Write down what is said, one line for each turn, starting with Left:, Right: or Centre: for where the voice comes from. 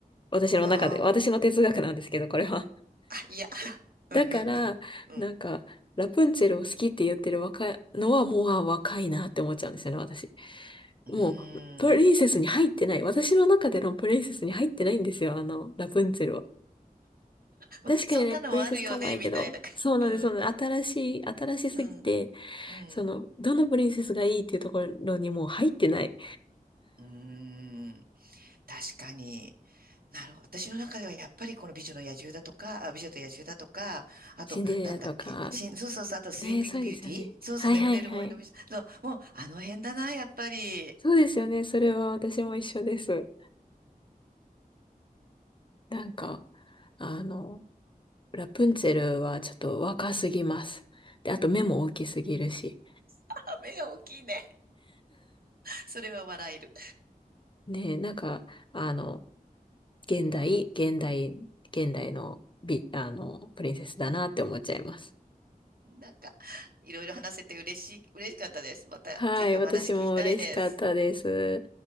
Left: 私の中で。
Right: ああ、
Left: 私の哲学なんですけど、これは。
Right: あいや、うんうんうん。
Left: だから、
Right: うん。
Left: なんか、ラプンツェルを好きって言ってる若いのはもう、あ、若いなって思っちゃうんですよね、私。
Right: うーん。
Left: もう、プリンセスに入ってない。私の中でのプリンセスに入ってないんですよ、あの、ラプンツェルは。
Right: まあ、
Left: 確かにね、
Right: そんなのもあるよね、
Left: プリンセスかえやけど、
Right: みたいな。
Left: そうなんです、
Right: うん。
Left: そうなんです。新しい、新しすぎて、
Right: うん。うん。
Left: その、どのプリンセスがいいっていうところにもう入ってない。
Right: うーん。確かに。なるほど。私の中ではやっぱりこの美女の野獣だとか、あ美女と野獣だとか、あと、
Left: シンデレラとか、
Right: なんだっけ、しん、そうそうそう、あとスリーピングビューティーそうそう、
Left: ねえ、そうですよね。はいはいはい。
Right: 眠れる森の美女。そう、もうあの辺だな、やっぱり。
Left: そうですよね、それは私も一緒です。なんか、あの、ラプンツェルはちょっと若すぎます。で、あと目も大きすぎるし。
Right: <laughs> あ目が大きいね。それは笑える。
Left: ねえ、なんか、あの、現代、現代、現代の美、あの、プリンセスだなって思っちゃいます。
Right: なんか、いろいろ話せて嬉しい、嬉しかったです。また、
Left: はい、
Right: ぜひお話聞きたいです。
Left: 私も嬉しかったです。